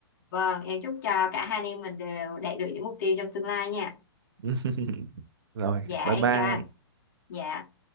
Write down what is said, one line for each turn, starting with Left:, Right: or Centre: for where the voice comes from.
Left: Vâng, em chúc cho cả hai anh em mình đều đạt được những mục tiêu trong tương lai nha.
Right: <laughs> rồi
Left: Dạ,
Right: bye
Left: em
Right: bye
Left: chào anh. Dạ.